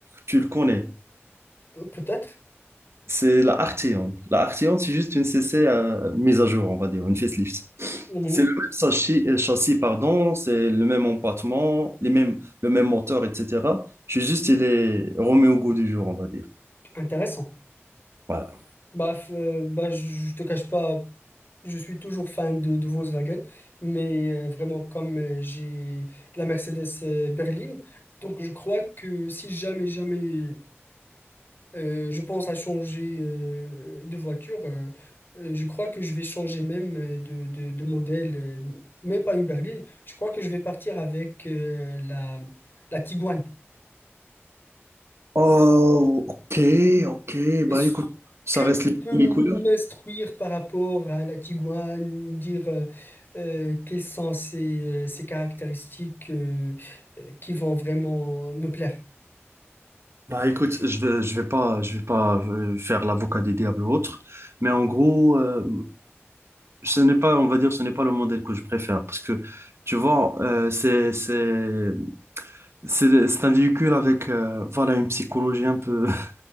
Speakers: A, on the right (about 65°); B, on the left (about 50°).
A: tu le connais.
B: Pe- peut-être.
A: C'est la Arteon. La Arteon, c'est juste une CC euh, mise à jour, on va dire, une facelift.
B: Mhm.
A: C'est le même châssis, euh, châssis, pardon, c'est le même empattement, les mêmes, le même moteur, etc. Je suis juste, il est remis au goût du jour, on va dire.
B: Intéressant.
A: Voilà.
B: Bah, f- euh, bah, je je te cache pas, je suis toujours fan de, de Volkswagen, mais euh, vraiment, comme euh, j'ai la Mercedes euh, berline, donc je crois que si jamais, jamais Euh, je pense à changer euh, de voiture. euh, euh, je crois que je vais changer même euh, de, de, de modèle, euh, même pas une berline. Je crois que je vais partir avec euh, la, la Tiguan.
A: Oh, ok, ok.
B: Est-ce
A: Bah écoute, ça
B: que
A: reste
B: tu
A: les,
B: peux
A: les couleurs.
B: m'instruire par rapport à la Tiguan, me dire euh, euh, quelles sont ses, euh, ses caractéristiques euh, euh, qui vont vraiment me plaire?
A: Bah écoute, je vais, je vais pas, je vais pas euh, faire l'avocat des diables ou autre, mais en gros, euh, ce n'est pas, on va dire, ce n'est pas le modèle que je préfère parce que tu vois, euh, c'est, c'est, c'est, c'est un véhicule avec, euh, voilà, une psychologie un peu. <laughs>